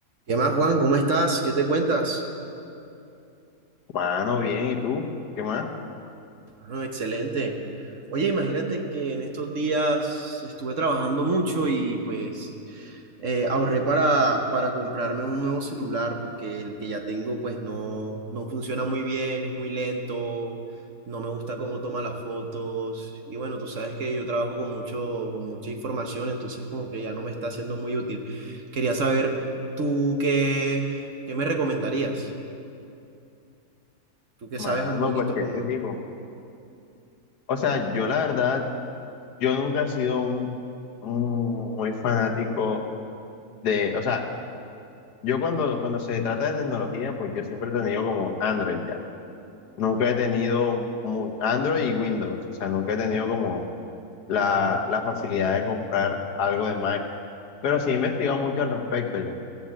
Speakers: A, on the right; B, on the left.
A: ¿Qué más, Juan? ¿Cómo estás? ¿Qué te cuentas?
B: Mano, bien, ¿y tú? ¿Qué más?
A: Bueno, excelente. Oye, imagínate que en estos días estuve trabajando mucho y pues eh, ahorré para, para comprarme un nuevo celular porque el que ya tengo pues no, no funciona muy bien, es muy lento, no me gusta cómo toma las fotos y bueno, tú sabes que yo trabajo con mucho, con mucha información, entonces como que ya no me está siendo muy útil. Quería saber, ¿tú qué, qué me recomendarías? Tú que
B: Mano,
A: sabes un poquito
B: pues, ¿qué
A: como
B: te
A: de...
B: digo? O sea, yo la verdad, yo nunca he sido un, un muy fanático de, o sea, yo cuando, cuando se trata de tecnología, pues yo siempre he tenido como Android ya. Nunca he tenido mu- Android y Windows, o sea, nunca he tenido como la, la facilidad de comprar algo de Mac, pero sí he investigado mucho al respecto ya.